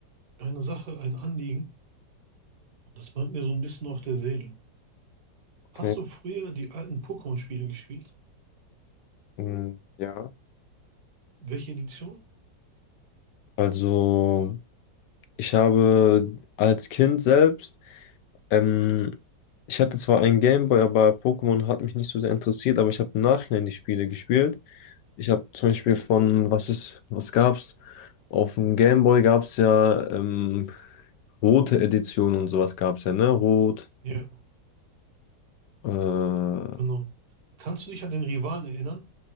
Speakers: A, on the right (about 60°); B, on the left (about 75°).
A: eine Sache, ein Anliegen, das brennt mir so ein bisschen auf der Seele. Hast
B: Okay.
A: du früher die alten Pokémon-Spiele gespielt?
B: Mm, Ja.
A: Welche Edition?
B: Also, ich habe als Kind selbst, ähm, ich hatte zwar einen Gameboy, aber Pokémon hat mich nicht so sehr interessiert, aber ich habe im Nachhinein die Spiele gespielt. Ich habe zum Beispiel von, was ist, was gab's? Auf dem Gameboy gab's ja ähm, rote Edition und sowas gab's ja, ne? Rot,
A: Ja,
B: äh,
A: genau. Kannst du dich an den Rivalen erinnern?